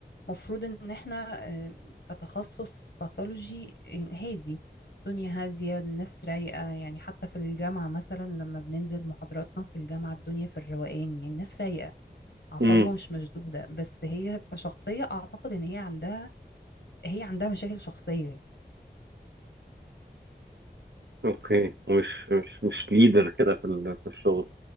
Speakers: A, on the left; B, on the right.
A: مفروض ان احنا آه، كتخصص باثولوجي هادي الدنيا هاديه الناس رايقه يعني حتى في الجامعه مثلا لما بننزل محاضراتنا في الجامعه الدنيا في الروقان يعني الناس رايقه اعصابها
B: امم
A: مش مشدودة بس هي كشخصية اعتقد ان هي عندها هي عندها مشاكل شخصية يعني.
B: اوكي مش مش مش ليدر كده في ال- في الشغل